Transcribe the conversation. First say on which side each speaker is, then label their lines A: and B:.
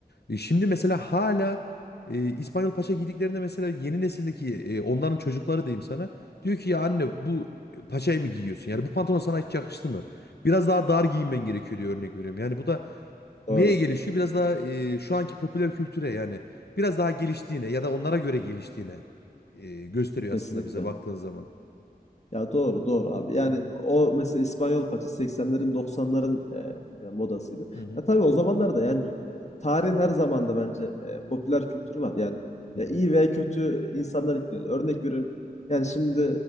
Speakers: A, on the left; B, on the left.
A: E, şimdi mesela hala e, İspanyol paça giydiklerinde mesela yeni nesildeki e, onların çocukları diyeyim sana diyor ki ya anne bu paçayı mı giyiyorsun? Yani bu pantolon sana hiç yakıştı mı? Biraz daha dar giyinmen gerekiyor diyor örnek veriyorum. Yani bu da
B: <laughs> Doğru.
A: neye gelişiyor? Biraz daha e, şu anki popüler kültüre yani biraz daha geliştiğine ya da onlara göre geliştiğine e, gösteriyor
B: Kesinlikle.
A: aslında bize baktığın zaman.
B: Ya doğru doğru abi. Yani
A: Hı hı,
B: o mesela İspanyol paça 80'lerin 90'ların e, e, modasıydı.
A: hı hı,
B: Ya tabii o zamanlarda yani e, tarihin her zamanda bence e, popüler kültürü var. Yani
A: hı
B: ya
A: hı,
B: iyi veya kötü insanlar ekleniyor. Örnek veriyorum. Yani şimdi